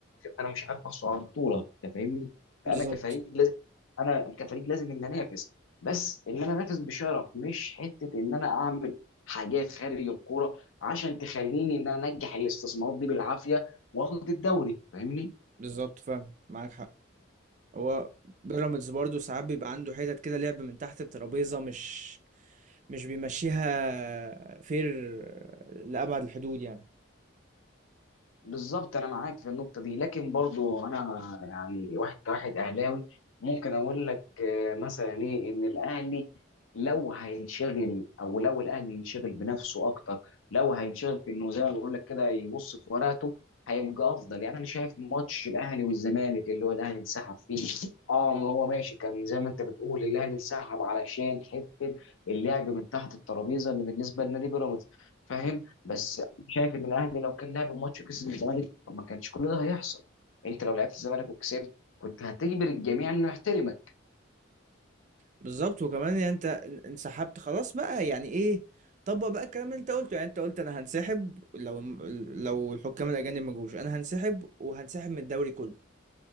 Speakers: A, on the left; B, on the right.
A: انا مش عارف احصل على البطوله انت فاهمني فانا
B: بالظبط
A: كفريق لازم انا كفريق لازم ان انافس بس ان انا انافس بشرف مش حته ان انا اعمل حاجات خارج الكوره عشان تخليني ان انا انجح الاستثمارات دي بالعافيه واخد الدوري فاهمني
B: بالظبط فاهم معاك حق هو بيراميدز برضو ساعات بيبقى عنده حتت كده لعب من تحت الترابيزة مش مش بيمشيها فير لأبعد الحدود يعني
A: بالظبط انا معاك في النقطه دي لكن برضو انا يعني واحد كواحد اهلاوي ممكن اقول لك آه، مثلا ايه ان الاهلي لو هينشغل او لو الاهلي ينشغل بنفسه اكتر لو هينشغل في انه زي ما بقول لك كده يبص في ورقته هيبقى افضل يعني انا شايف ماتش الاهلي والزمالك اللي هو الاهلي انسحب فيه اه ما هو ماشي كان زي ما انت بتقول الاهلي انسحب علشان حته اللعب من تحت الترابيزه اللي بالنسبه لنادي بيراميدز فاهم بس شايف ان الاهلي لو كان لعب الماتش وكسب الزمالك ما كانش كل ده هيحصل انت لو لعبت الزمالك وكسبت كنت هتجبر الجميع انه يحترمك
B: بالظبط وكمان يعني انت انسحبت خلاص بقى يعني ايه طبق بقى الكلام اللي انت قلته يعني انت قلت انا هنسحب لو لو الحكام الاجانب ما جوش انا هنسحب وهنسحب من الدوري كله